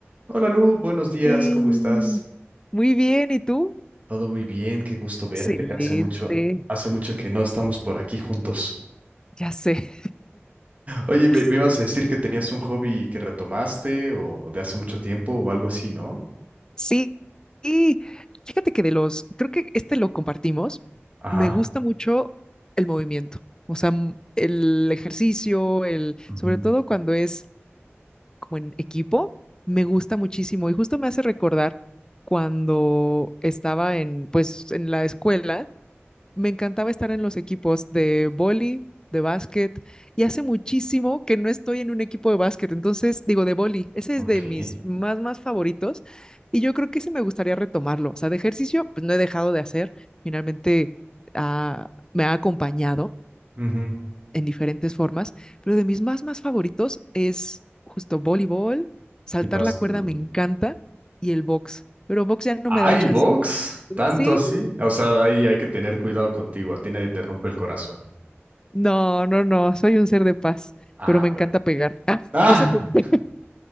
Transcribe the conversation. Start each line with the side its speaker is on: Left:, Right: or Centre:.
Right: Hola Lu, buenos días,
Left: Bien.
Right: ¿cómo estás?
Left: Muy bien, ¿y tú?
Right: Todo muy bien, qué gusto verte.
Left: Excelente,
Right: Hace mucho, hace mucho que no estamos por aquí juntos.
Left: ya sé.
Right: Oye,
Left: <laughs>
Right: me, me ibas a decir que tenías un hobby que retomaste o de hace mucho tiempo o algo así, ¿no?
Left: Sí, y fíjate que de los, creo que este lo compartimos,
Right: Ajá.
Left: me gusta mucho el movimiento, o sea, m- el ejercicio, el,
Right: Ujú,
Left: sobre todo cuando es como en equipo, me gusta muchísimo y justo me hace recordar cuando estaba en, pues, en la escuela me encantaba estar en los equipos de vóley, de básquet, y hace muchísimo que no estoy en un equipo de básquet, entonces digo de vóley, ese
Right: Ok.
Left: es de mis más, más favoritos, y yo creo que ese me gustaría retomarlo. O sea, de ejercicio, pues no he dejado de hacer, finalmente ah, me ha acompañado
Right: Ujú.
Left: en diferentes formas, pero de mis más, más favoritos es justo voleibol, saltar
Right: Y básquetbol.
Left: la cuerda me encanta, y el box, pero box ya no
Right: ¡Ay,
Left: me da chance.
Right: box! ¿Tanto
Left: Sí,
Right: así? O sea, ahí hay que tener cuidado contigo, a ti nadie te rompe el corazón.
Left: No, no, no, soy un ser de paz,
Right: Ah,
Left: pero me encanta
Right: bueno.
Left: pegar. Ah,
Right: <laughs>
Left: no sé por qué,